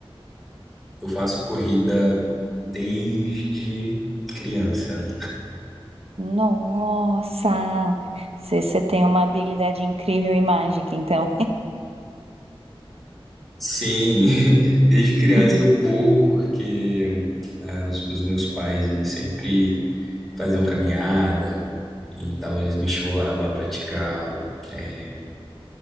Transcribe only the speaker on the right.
Nossa, você, você tem uma habilidade incrível em mágica, então.
<laughs>